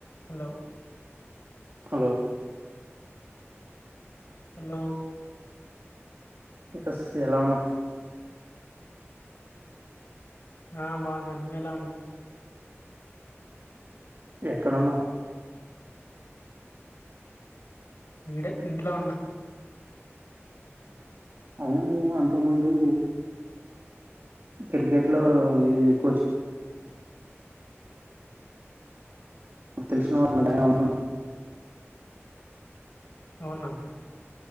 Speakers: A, on the left; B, on the right.
A: Hello
B: hello
A: hello
B: yes ఎలా ఉన్నావు
A: ఆ బాగున్నాను ఎలా ఉన్నావు
B: ఎక్కడన్నావు
A: ఇడే ఇంట్లో ఉన్న
B: అవును నువ్వు అంతకు ముందు క్రికెట్ లో ఇది కోచ్ తెలిసినవాళ్ళు జాయిన్ అవమని
A: అవునా